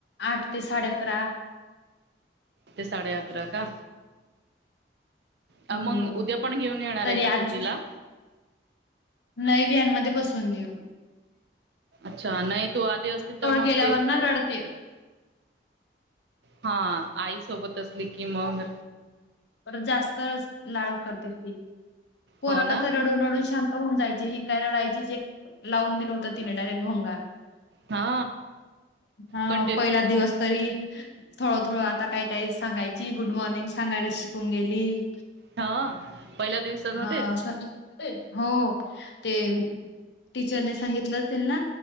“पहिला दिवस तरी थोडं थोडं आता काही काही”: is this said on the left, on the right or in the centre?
Left